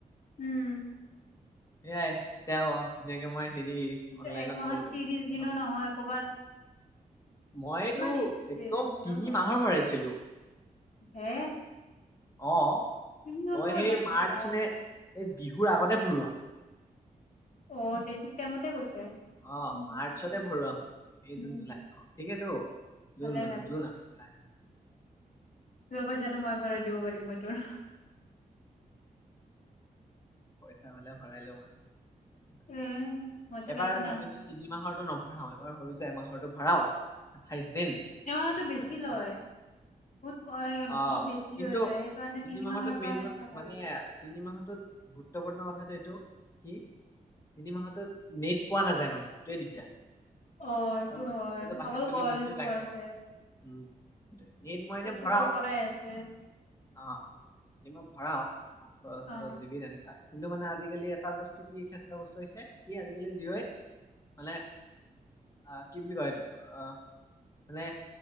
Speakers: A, on the left (about 60°); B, on the left (about 20°).
A: উম।
B: এয়াই এতিয়া অ ধুনীয়াকে মই হেৰি
A: কিন্তু
B: অনলাইনত
A: এক মাহত
B: কল কৰিম
A: ত্ৰিশ
B: বুলি
A: দিনো নহয় ক'বাত
B: মই এইটো
A: কিমান
B: একদম
A: ডেইজ আছিল
B: তিনি
A: মই
B: মাহৰ ভৰাইছিলো।
A: হে!
B: অ'
A: তিনি মাহৰ
B: মই সেই
A: বাপৰে
B: মাৰ্চ
A: বাপ
B: নে এই বিহুৰ আগতে ভৰোৱা
A: অ' তে ঠিক টাইমতে গৈছে।
B: অ'
A: উম
B: মাৰ্চতে ভৰোৱা মই মে
A: উম
B: জুন জুলাই অ' ঠিকেইেতো
A: ভালে
B: জুন মানে জুন আৰু জুলাই।
A: ৰ পইচাটো মই ভৰাই দিব পাৰিম মই তোৰ
B: পইচা হলে ভৰাই লম আৰু
A: এ মইতো
B: এইবাৰ
A: পাইছো
B: ভাবিছো
A: না
B: তিনি মাহৰটো নভৰাও এইবাৰ ভাবিছো এমাহৰতো ভৰাওঁ আঠাইশ দিন
A: সেৱাটো বেছি
B: মানে
A: লয় বহুত ক
B: অ'
A: বহুত বেছি
B: কিন্তু
A: হৈ যায় সেইকাৰণে
B: তিনি মাহৰটোত
A: মাহৰ পৰা
B: মেইন
A: সেনেকে
B: কথা
A: ভাল
B: মানে তিনি মাহটোত গুৰুত্বপূৰ্ণ কথাটো এইটো কি তিনি মাহটোত নেট পোৱা নাযায় মানে সেইটোৱে দিগদাৰ
A: অ এইটো
B: আৰু মাজে
A: হয়
B: মাজে বাহিৰত
A: অকল
B: গ'লে
A: কলটো
B: নেটটো লাগে
A: আছে
B: ন উম্ নেট মই
A: পেটটো
B: এনে ভৰাওঁ।
A: কৰকৰাই আছে
B: অ' ৰাতি মই ভৰাওঁ পাঁচ ছ
A: অ
B: দহ জিবি তেনেকুৱাই কিন্তু মানে আজিকালি এটা বস্তু কি খেচেৰা বস্তু হৈছে কি আজিকালি যিয়ই মানে আহ কি বুলি কয় আহ মানে